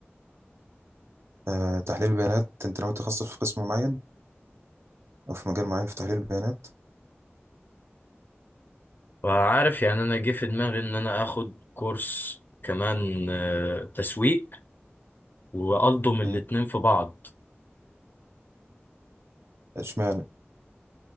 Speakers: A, on the right; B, on the left.
A: آه، تحليل البيانات انت ناوي تخصص في قسم معين او في مجال معين في تحليل البيانات
B: فعارف يعني أنا جه في دماغي إن أنا آخد كورس كمان آه تسويق وألضم الاتنين
A: مم،
B: في بعض
A: اشمعنى